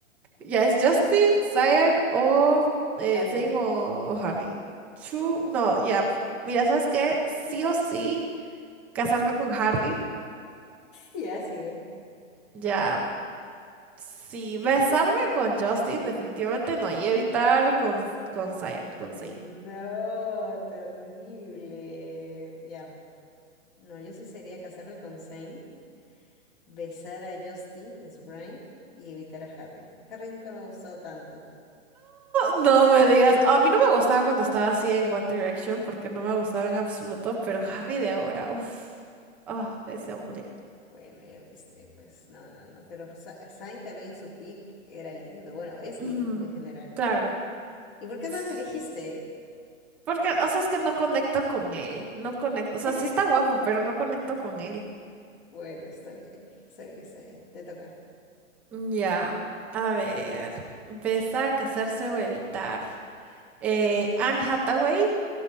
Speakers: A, in the centre; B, on the left.
A: Ya es Justin, Zion o... Eh,
B: Harry.
A: Zayn o, o Harry. Chu, no, ya. Mira, ¿sabes qué? Sí
B: <laughs>
A: o sí, casarme con Harry.
B: Ya sigue.
A: Ya. Sí, besarme con Justin definitivamente no, y evitar con, con Zayn, con
B: No,
A: Zayn.
B: terrible. Ya, no, yo sí sería casarme con Zayn, besar a Justin en su prime y evitar a Harry. Harry nunca me ha gustado tanto.
A: No no me digas, a mí no me gustaba cuando estaba así en One Direction porque no me gustaba en absoluto, pero Harry de ahora, uff, ah, ese hombre.
B: Bueno, ya viste, pues no, no, no, pero Sa- Sainz también en su pick era lindo, bueno, es lindo
A: Ujú,
B: en general.
A: Claro.
B: ¿Y por qué
A: Sí.
B: no lo elegiste?
A: Porque, o sea, es que no conecto con él, no conecto, o sea,
B: <laughs>
A: sí está guapo, pero no conecto con él.
B: Bueno, está bien, está bien, está bien, te toca.
A: Ya, a ver, besar, casarse o evitar. Eh, Anne Hathaway,